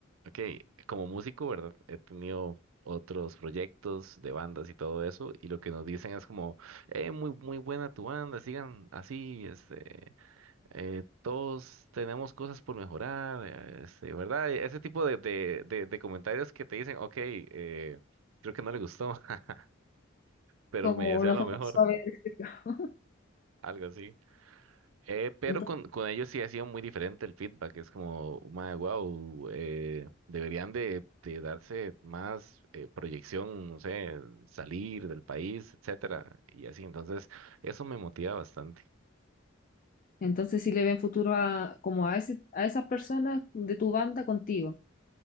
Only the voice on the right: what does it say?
ok, como músico, ¿verdad? He tenido otros proyectos de bandas y todo eso, y lo que nos dicen es como, eh, muy, muy buena tu banda, sigan así, este, eh, todos tenemos cosas por mejorar, eh, este, ¿verdad? E-, Ese tipo de, de, de, de comentarios que te dicen, ok, eh, creo que no le gustó, <laughs> pero
me desea
lo
mejor,
algo así. Eh, pero
con, con ellos sí ha sido muy diferente el feedback. Es como, wow, deberían de, de darse más eh, proyección, no sé, salir del país, etcétera, y así. Entonces, eso me motiva bastante.